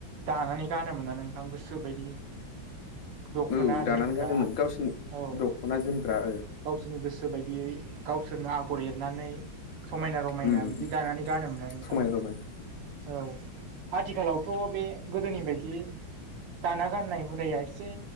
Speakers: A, on the right; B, on the left.
A: दानानै गानोमोन ना नोंथां गोसो बायदि दख'ना
B: औ दानानै
A: जोमग्रा
B: गानोमोन गावसिनि
A: औ
B: दखना जोमग्रा
A: गावसोरनि गोसो बायदियै गावसोरनो आगर एरनानै समायना रमायना
B: उम
A: बि बिदि दानानै गानोमोना नोंथां
B: समायना रमायना
A: औ आथिखालाव थ बे गोदोनि बायदि दाना गाननाय हुदाया एसे